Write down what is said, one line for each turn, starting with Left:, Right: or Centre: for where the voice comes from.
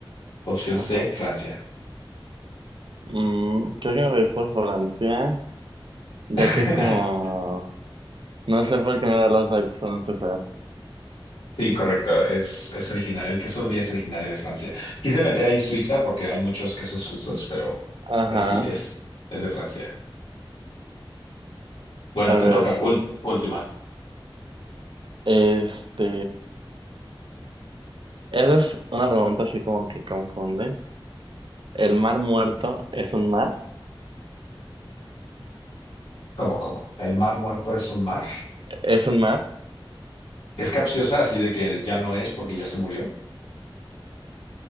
Left: Opción
Right: Ajá.
Left: C, Francia.
Right: Mm, creo que me voy por Francia, ya
Left: <laughs>
Right: que es como, no sé por qué me da las vibes francesas.
Left: Sí, correcto. Es, es originario. El queso brie es originario de Francia. Quise meter ahí Suiza porque hay muchos quesos suizos, pero,
Right: Ajá.
Left: pero sí, es, es de Francia. Bueno,
Right: A
Left: te
Right: ver,
Left: toca. Ul- última.
Right: este. Esa es una pregunta así como que confunde. ¿El mar muerto es un mar?
Left: ¿Cómo, cómo? ¿El mar muerto es un mar?
Right: ¿Es un mar?
Left: ¿Es capciosa así de que ya no es porque ya se murió?